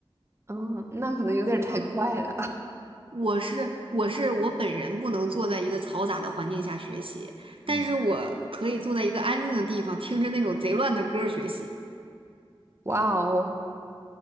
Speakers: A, on the right (about 25°); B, on the right (about 65°).
A: 嗯，那可能有点儿太快了。
B: 啊，我是我是我本人不能坐在一个嘈杂的环境下学习，但是我可以坐在一个安静的地方，
A: 嗯，
B: 听着那种贼乱的歌儿学习。
A: <laughs> 哇哦，